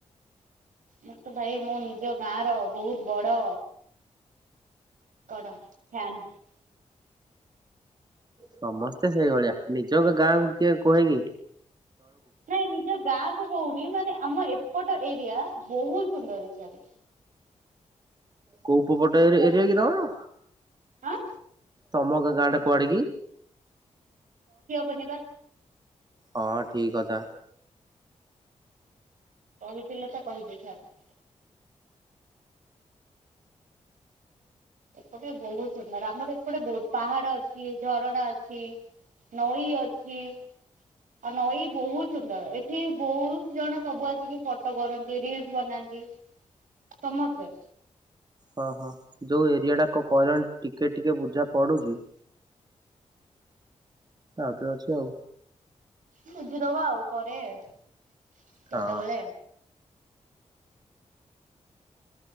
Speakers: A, on the right; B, on the right.
A: ମୁ ତ ଭାଇ ମୋ ନିଜ ଗାଁ ର ବହୁତ ବଡ କଣ ଫ୍ୟାନ
B: ସମସ୍ତେ ସେଇଭଳିଆ ନିଜ ଗାଁକୁ କିଏ କୁହେକି
A: ନାଇଁ ନିଜ ଗାଁ କୁ ମୁଁ ହଉନି ମାନେ ଆମ ଏପଟ ଏରିଆ ବହୁତ ସୁନ୍ଦର ହେଇଛି।
B: କୋଉ ଉପପଟ ଏରିଆ
A: ମୁଁ କହୁଛି
B: କି ତମର?
A: ଆଁ
B: ତମକ ଗାଁ ଟା କୁଆଡ଼ିକି?
A: ବନିବା
B: ହଁ ଠିକ କଥା
A: କହିଥିଲ ତ କହିଦେଇଥା । ଏପଟେ ବହୁତ ସୁନ୍ଦର ଆମର ଏପଟେ ବହୁତ ପାହାଡ ଅଛି ଝରଣା ଅଛି । ନଈ ଅଛି । ଆଉ ନଈ ବହୁତ ସୁନ୍ଦର ଏଠି ବହୁତ ଜଣ ସବୁ ଆସିକି ଫଟୋ କରନ୍ତି ରିଲସ ବନାନ୍ତି । ସମସ୍ତ
B: ହଁ ହଁ ଯୋଉ ଏରିଆ ଟା କ କହିଲଣି ଟିକେ ଟିକେ ବୁଝା ପଡୁଛି । ଆଉଟିରେ ଅଛି ଆଉ
A: ବୁଝିଦବା ଆଉ ପରେ କେତେବେଳେ
B: ହଁ